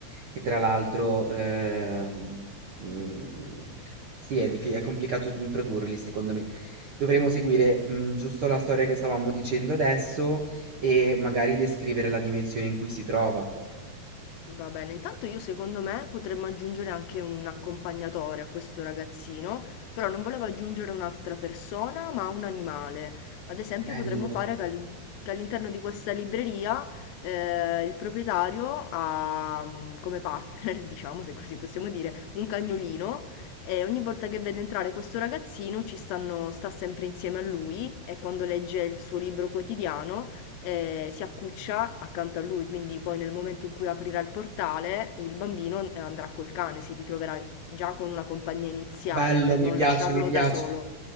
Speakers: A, on the right; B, on the left.
A: che tra l'altro, ehm, mhmm, sì, è diffi è complicato introdurli secondo me. Dovremmo seguire, mhmm, giusto la storia che stavamo dicendo adesso e magari descrivere la dimensione in cui si trova.
B: Va bene, intanto io secondo me potremmo aggiungere anche un accompagnatore a questo ragazzino, però non volevo aggiungere un'altra persona, ma un animale. Ad esempio
A: Bello.
B: potremmo fare che all'in- che all'interno di questa libreria eh, il proprietario ha mm, come partner, <laughs> diciamo se così possiamo dire, un cagnolino e ogni volta che vede entrare questo ragazzino ci stanno, sta sempre insieme a lui e quando legge il suo libro quotidiano eh, si accuccia accanto a lui, quindi poi nel momento in cui aprirà il portale, il bambino eh, andrà col cane, si ritroverà già con una compagnia iniziale
A: Bello,
B: per
A: mi
B: non
A: piace,
B: lasciarlo
A: mi piace.
B: da solo.